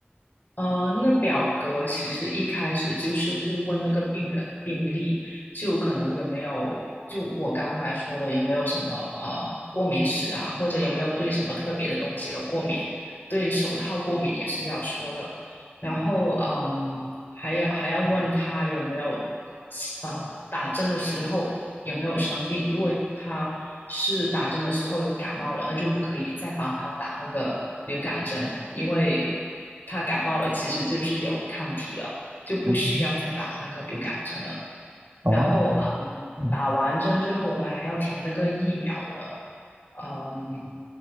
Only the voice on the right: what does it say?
嗯，哦，
嗯